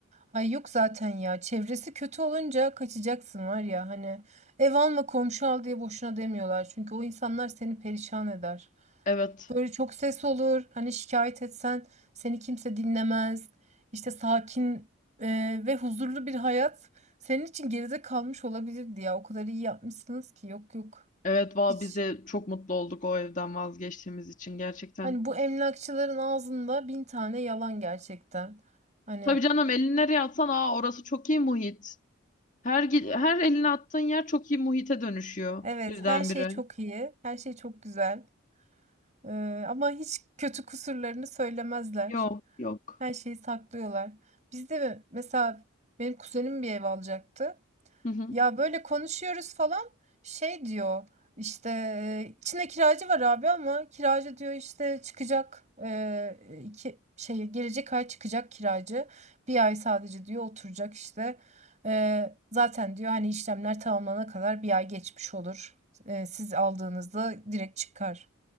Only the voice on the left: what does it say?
Evet.
Evet valla
biz de çok mutlu olduk o evden vazgeçtiğimiz için gerçekten.
Tabii canım elini nereye atsan aa orası çok iyi muhit. Her gi- her elini attığın yer çok iyi muhite dönüşüyor
birdenbire.
Yok, yok.
Hı hı,